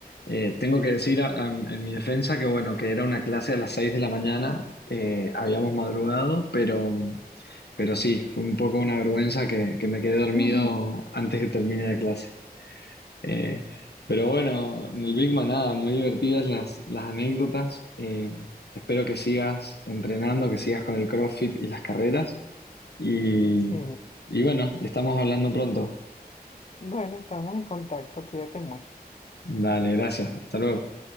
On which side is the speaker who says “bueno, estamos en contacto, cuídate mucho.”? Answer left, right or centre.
Left